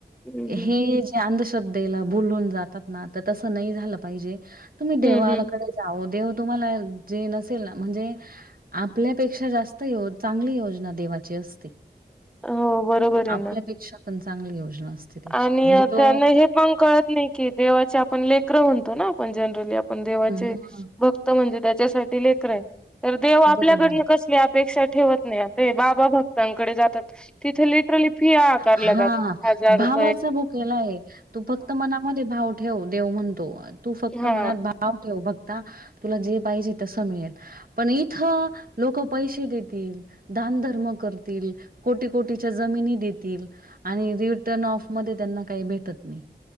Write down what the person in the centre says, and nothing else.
हम्म
हम्म
हो बरोबर आहे
ना
आणि
अ,
त्यांना हे पण कळत नाही की देवाचे आपण लेकर म्हणतो ना आपण जनड्रली देवाचे
भक्त म्हणजे त्याच्यासाठी लेकर आहे तर देव आपल्याकडन
कसले अपेक्षा ठेवत नाही बाबा भक्तांकडे जातात तिथे लिट्रली फी ह आकारला
जातात हजार रुप
हा.